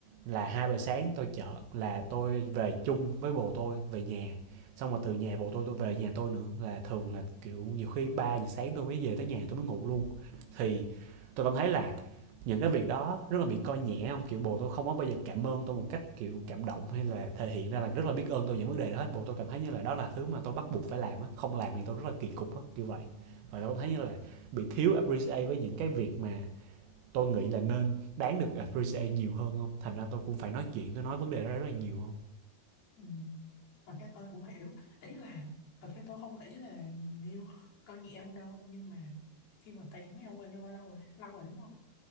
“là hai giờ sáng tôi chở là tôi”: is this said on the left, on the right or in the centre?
Right